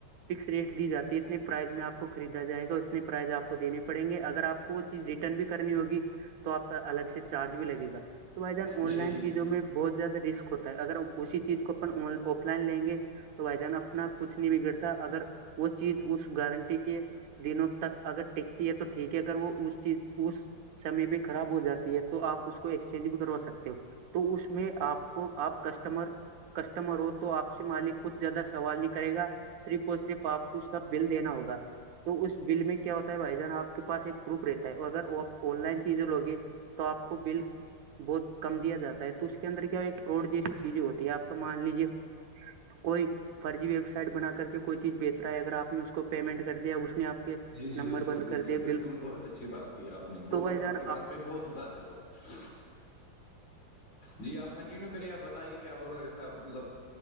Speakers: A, on the right (about 70°); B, on the left (about 70°).
A: فکس ریٹ دی جاتی ہے اتنے پرائز میں آپ کو خریدا جائے گا اتنے پرائز آپ کو دینے پڑیں گے اگر آپ کو وہ چیز ریٹ رن بھی کرنی ہوگی تو آپ کا الگ سے چارج بھی لگے گا تو بھائی جان آن
B: جی
A: لائن
B: جی
A: چیزوں میں بہت زیادہ رسک ہوتا ہے اگر اسی چیز کو اپ آف لائن لیں گے تو بھائی جان اپنا کچھ نہیں بگڑتا اگر وہ چیز اس گارنٹی کے دنوں تک اگر ٹکتی ہے تو ٹھیک ہے اگر وہ اس چیز اس سمے بھی خراب ہو جاتی ہے تو آپ اس کو ایکسچینج بھی کروا سکتے ہو تو اس میں آپ کو آپ کسٹمر کسٹمر ہو تو آپ سے مالک کچھ زیادہ سوال نہیں کرے گا صرف ہو صرف آپ اس کا بل دینا ہوگا تو اس بل میں کیا ہوتا ہے بھائی جان آپ کے پاس ایک پروف رہتا ہے اگر وہ آپ آن لائن چیزیں لوگے تو آپ کو بل بہت کم دیا جاتا ہے تو اس کے اندر کیا ہو فوڈ جیسی چیزیں ہوتی ہے آپ کا مان لیجیے کوئی فرضی ویب سائٹ بنا کر کے کوئی چیز بیچ رہا ہے اگر آپ نے اس کو پیمنٹ کر دیا اس نے آپ کے
B: جی جی
A: نمبر
B: بالکل
A: بند
B: بالکل
A: کر دیا
B: بالکل بہت اچھی بات کی آپ نے ب
A: تو بھائی جان
B: آپ کی بات پہ بہت متاثر ہوا <unintelligible> جی آپ کنٹینیو کریے آپ بتائیے کیا بول رہے تھ مطلب